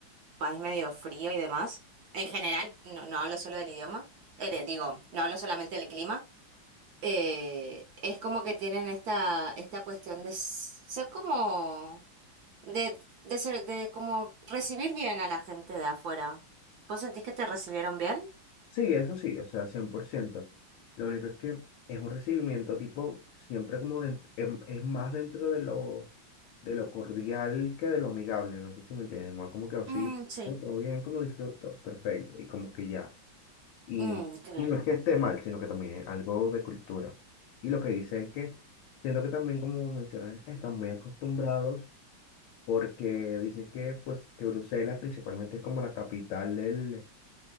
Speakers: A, on the right; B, on the left.
A: un país medio frío y demás. En general, no, no hablo solo del idioma, eh, de- digo, no hablo solamente del clima. eh, es como que tienen esta, esta cuestión de s- ser como de, de ser, de como recibir bien a la gente de afuera. ¿Vos sentís que te recibieron bien?
B: Sí, eso sí, o sea, cien por ciento Lo único es que es un recibimiento tipo, siempre como de- em- es más dentro de lo, de lo cordial que de lo amigable, no sé si me entiendes, más como que así,
A: Mm, sí.
B: "Eh, todo bien, como disfruto, perfecto, y como que ya. Y,
A: Mm, claro.
B: y no es que esté mal, sino que también es algo de cultura. Y lo que dice es que siento que también, como mencionas, están muy acostumbrados porque dicen que, pues, que Bruselas principalmente es como la capital del,